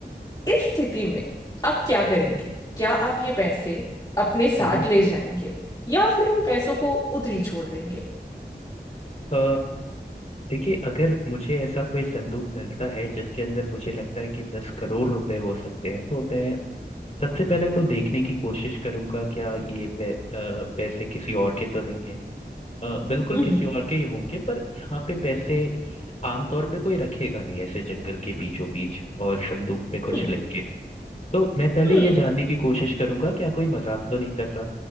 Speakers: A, on the left; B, on the left.
A: इस स्थिति में आप क्या करेंगे क्या आप ये पैसे अपने साथ
B: हम्म
A: ले जाएंगे या फिर उन पैसों को उधरी छोड़ देंगे
B: अ, देखिए अगर मुझे ऐसा कोई संदूक मिलता है जिसके अंदर मुझे लगता है कि दस करोड़ रुपए हो सकते हैं तो मैं सबसे पहले तो देखने की कोशिश करूंगा क्या ये पै, अ, पैसे किसी और के तो नहीं है अ, बिल्कुल
A: हम्म
B: किसी और के ही होंगे पर यहाँ पे पैसे आमतौर पे कोई रखेगा नहीं ऐसे जंगल के बीचों बीच और संदूक पे
A: हम्म
B: कुछ लिख के तो मैं पहले
A: हम्म
B: ये जानने की कोशिश करूंगा क्या कोई मजाक तो नहीं कर रहा